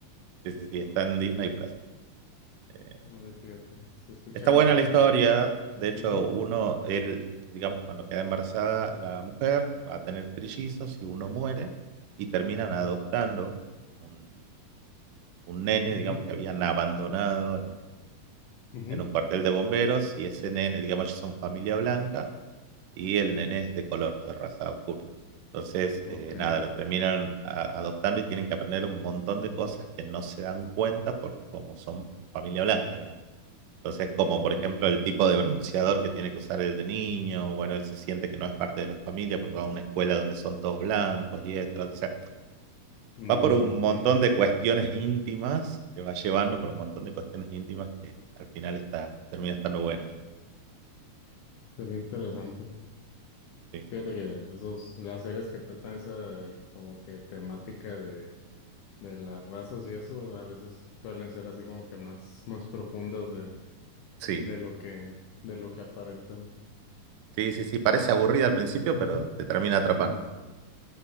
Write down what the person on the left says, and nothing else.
órale,
ok,
órale, fíjate, se escucha
bastante.
Ujú,
ujú,
ujú,
ok,
ok.
Mm,
Ujú,
Sería interesante.
Fíjate que esos, las series que tratan esa eh, como que temática de, de las razas y eso, a veces suelen ser así como que más, más profundas de,
de lo que, de lo que aparentan.
Pues,
ujú,
ujú.
Mm,